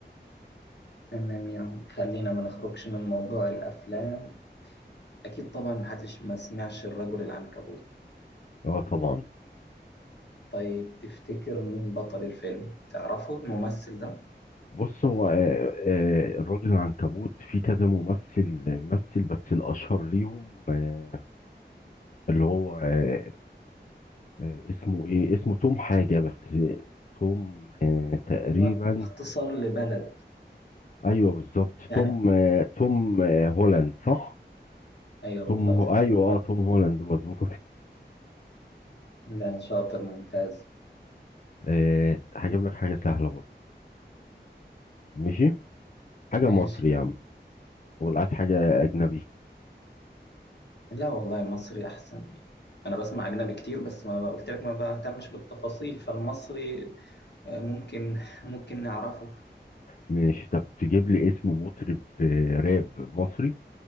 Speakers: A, on the left (about 70°); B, on the left (about 45°).
A: تمام يعني خلينا ما نخرجش من موضوع الافلام اكيد طبعا محدش ما سمعش الرجل العنكبوت
B: اه طبعا
A: طيب تفتكر مين بطل الفيلم تعرفه الممثل ده
B: بص هو آه آه الراجل العنكبوت في كذا ممثل مثل بس الاشهر ليهم آه اللي هو آه، آه، اسمه ايه اسمه توم حاجة بس آه، توم آه، تقريبا
A: ايوه اختصار لبلد
B: ايوه بالظبط
A: يعني
B: توم آه، توم آه، هولاند صح
A: ايوه
B: توم
A: بالظبط
B: هو
A: تقول
B: ايوه اه توم هولاند مظبوط
A: لا شاطر ممتاز
B: <laughs> آه، هجيب لك حاجة سهلة برضه ماشي حاجة
A: ماشي
B: مصري يا عم ولا عايز حاجة أجنبي
A: لا والله المصري احسن انا بسمع اجنبي كتير بس ما ب- قلت لك ما بهتمش بالتفاصيل فالمصري آه، ممكن ممكن نعرفه
B: ماشي طب تجيب لي اسم مطرب آه، راب مصري